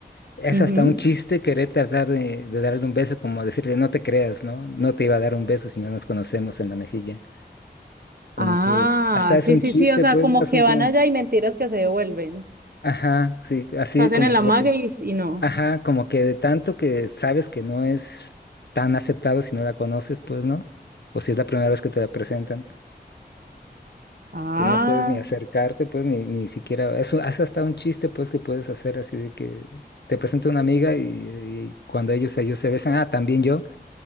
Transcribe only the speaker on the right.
Ujú,
ujú.
Ah,
sí,
sí,
sí, o sea,
como
que
van allá y mentiras que se devuelven.
Se hacen
en la
maga y, y no.
Ah,